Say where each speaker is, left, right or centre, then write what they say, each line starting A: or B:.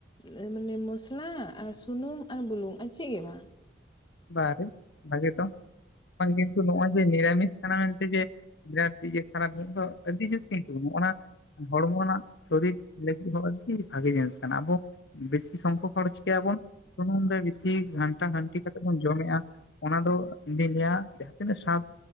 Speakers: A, on the left (about 25°); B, on the left (about 75°).
A: ᱩᱸᱜ ᱢᱟᱱᱮ ᱢᱚᱥᱞᱟ ᱟᱨ ᱥᱩᱱᱩᱢ ᱟᱨ ᱵᱩᱞᱩᱝ ᱟᱨ ᱪᱮᱜ ᱦᱳᱭᱳᱜ-ᱟ?
B: ᱵᱟᱨ ᱵᱷᱟᱜᱮ ᱛᱚ, ᱵᱟᱝ ᱠᱤᱱᱛᱩ ᱱᱚᱜ-ᱚᱭ ᱡᱮ ᱱᱤᱨᱟᱢᱤᱥ ᱠᱟᱱᱟ ᱢᱮᱱᱛᱮ ᱡᱮ <unintelligible> ᱠᱷᱟᱨᱟᱯ ᱧᱚᱜ ᱫᱚ ᱟᱹᱰᱤ ᱡᱳᱨ ᱠᱤᱱᱛᱩ ᱚᱱᱟ ᱦᱚᱲᱢᱚ ᱨᱮᱱᱟᱜ ᱥᱚᱨᱤᱠ ᱞᱟᱹᱜᱤᱫ ᱦᱚᱸ ᱟᱹᱰᱤ ᱵᱷᱟᱜᱮ ᱡᱤᱱᱤᱥ ᱠᱟᱱᱟ, ᱟᱵᱚ ᱵᱮᱥᱤ ᱥᱚᱝᱠᱷᱚᱠ ᱦᱚᱲ ᱪᱤᱠᱟᱹᱭᱟ ᱵᱚᱱ ᱥᱩᱱᱩᱢ ᱨᱮ ᱵᱤᱥᱤ ᱜᱷᱟᱱᱴᱟ ᱜᱷᱟᱹᱱᱴᱤ ᱠᱟᱛᱮ ᱵᱚᱱ ᱡᱚᱢᱮᱜ-ᱟ ᱚᱱᱟ ᱫᱚ ᱤᱧᱫᱩᱧ ᱞᱟᱹᱭᱟ ᱡᱟᱦᱟᱸ ᱛᱤᱱᱟᱹᱜ ᱥᱟᱫᱷ